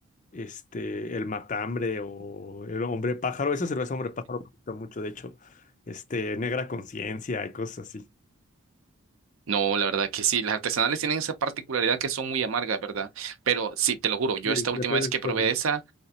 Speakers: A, on the left; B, on the right.
A: este el Matambre o el Hombre Pájaro. Esa cerveza Hombre Pájaro me gusta mucho, de hecho, este Negra Conciencia y cosas así.
B: No, la verdad que sí, las artesanales tienen esa particularidad que son muy amargas, ¿verdad? Pero sí, te lo juro, yo
A: Sí,
B: esta
A: depende
B: última vez
A: del
B: que
A: tipo
B: probé
A: de
B: esa,